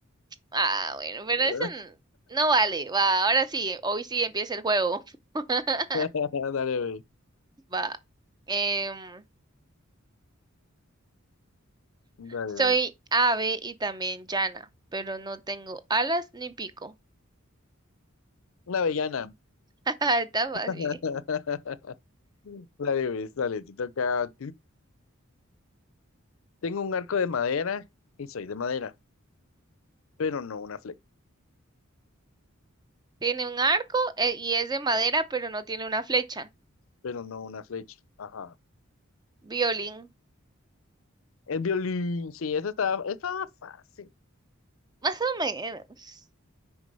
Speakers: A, on the right; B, on the left.
A: Ah, bueno,
B: <laughs>
A: pero eso n- no vale, va. Ahora sí, hoy sí empieza el juego. <laughs>
B: Dale, güey.
A: Va. Em,
B: Dale,
A: soy
B: güey.
A: ave y también llana, pero no tengo alas ni pico.
B: Una avellana.
A: <laughs> Está fácil.
B: <laughs> Dale, güey, dale, te toca. Tengo un arco de madera y soy de madera, pero no una flecha.
A: Tiene un arco eh, y es de madera, pero no tiene una flecha.
B: pero no una flecha. Ajá.
A: Violín.
B: El violín, sí, esta estaba, estaba fácil.
A: Más o menos.